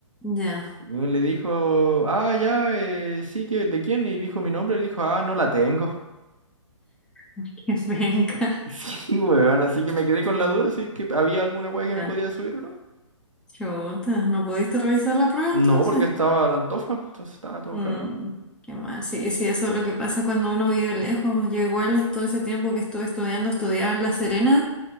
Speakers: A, in the centre; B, on the right.
A: Ya,
B: Y él le dijo, ah, ya, eh, sí, que, ¿de quién? Y dijo mi nombre, le dijo, ah, no la tengo.
A: <laughs> qué penca.
B: <laughs> Sí, weón, así que me quedé con
A: Oh,
B: la duda si es que había alguna weá que me
A: Ya,
B: podía subir o no.
A: chuta. ¿No pudiste revisar la prueba
B: No,
A: entonces?
B: porque estaba en Antofa, entonces estaba todo
A: Mm,
B: cagado.
A: qué mal. Sí, sí, eso es lo que pasa cuando uno vive lejos. Yo igual todo ese tiempo que estuve estudiando, estudiaba en La Serena,